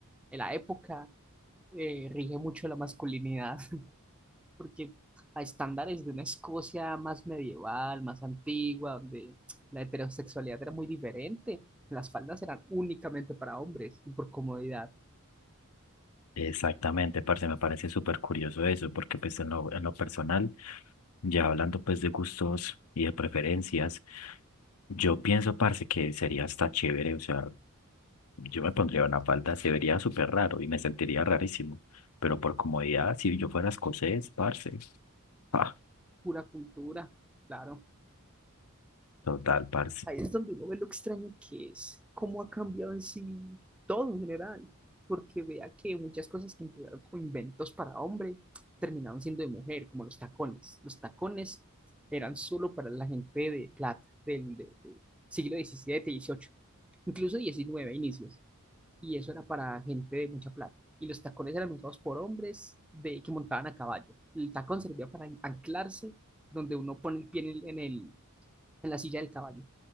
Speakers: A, in the centre; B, on the left (about 85°).
A: en la época eh, rige mucho la masculinidad. porque a estándares de una Escocia más medieval, más antigua, donde la heterosexualidad era muy diferente, las faldas eran únicamente para hombres y por comodidad,
B: Exactamente, parce, me parece súper curioso eso, porque pues en lo, en lo personal, ya hablando pues de gustos y de preferencias, yo pienso, parce, que sería hasta chévere, o sea, Yo me pondría una falda, se vería súper raro y me sentiría rarísimo. Pero por comodidad, si yo fuera escocés, parce. Ah,
A: pura cultura, claro.
B: total, parce.
A: Ahí es donde uno ve lo extraño que es, cómo ha cambiado en sí todo en general, porque vea que muchas cosas que empezaron como inventos para hombre terminaron siendo de mujer, como los tacones. Los tacones eran solo para la gente de plata, del de- de siglo XVII y XVIII incluso diecinueve inicios. Y eso era para gente de mucha plata. Y los tacones eran usados por hombres de, que montaban a caballo. El tacón servía para an- anclarse donde uno pone el pie en, el, en, el- en la silla del caballo.